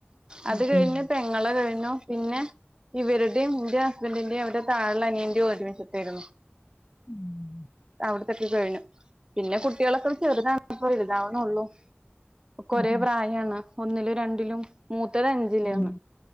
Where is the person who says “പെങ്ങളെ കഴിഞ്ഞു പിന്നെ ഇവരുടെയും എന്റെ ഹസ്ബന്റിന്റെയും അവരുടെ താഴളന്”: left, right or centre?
Right